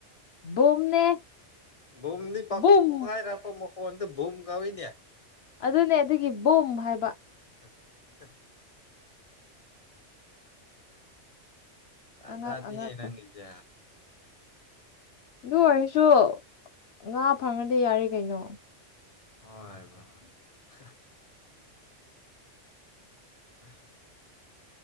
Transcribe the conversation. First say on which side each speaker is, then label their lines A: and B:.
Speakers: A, on the left; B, on the left.
A: ꯕꯨꯝꯅꯦ
B: ꯕꯨꯝꯗꯤ ꯄꯥꯈ
A: ꯕꯨꯝ
B: ꯄꯣꯛꯈꯥꯏꯔꯛꯄ ꯃꯈꯣꯟꯗ ꯕꯨꯝ ꯀꯧꯏꯅꯦ
A: ꯑꯗꯨꯅꯦ ꯑꯗꯨꯒꯤ ꯕꯣꯝ ꯍꯥꯏꯕ
B: ꯑ ꯑꯗꯗꯤ
A: ꯑꯉꯛ ꯑꯉꯛꯄ
B: ꯅꯪꯒꯖꯦ
A: ꯑꯗꯨ ꯑꯣꯏꯔꯁꯨ ꯉꯥ ꯐꯪꯉꯗꯤ ꯌꯥꯔꯦ ꯀꯩꯅꯣ
B: ꯍꯣꯏꯕ ꯍ ꯎꯝ